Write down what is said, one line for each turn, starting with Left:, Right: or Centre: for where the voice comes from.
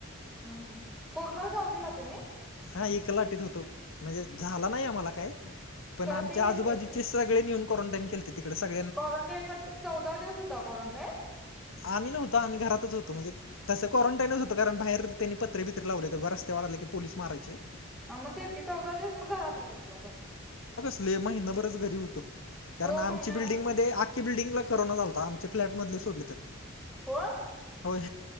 Centre: हम् हम कोरोना गावलेला तुम्ही
Left: हा एक लाटेत होतो म्हणजे झाला नाही आम्हाला काय पण
Centre: खरं
Left: आमच्या
Centre: ते
Left: आजूबाजूचे
Centre: हे
Left: स गळे नेहून कोरोनटाईन केलते. तिकडे सग
Centre: करून टाईम मध्ये चौदा दिवस होता क्वारंटाईन
Left: आम्ही नव्हत आम्ही घरातच होतो म्हणजे तसं क्वारंटाईनच होतं कारण बाहेरनी पत्रे बित्रे लावले होते रस्त्यावर आले की पोलीस मारायचे.
Centre: ह मग तेच की चौदा दिवस मग घरातच बसला अस
Left: महिनाभर घरी होत कारण
Centre: हो
Left: आमची
Centre: महिना
Left: बिल्डंगमध्ये आक्या बिल्डिंग ला करोना झालता आमच्या फ्लॅट मधले सोडले तर,
Centre: होय
Left: होय.....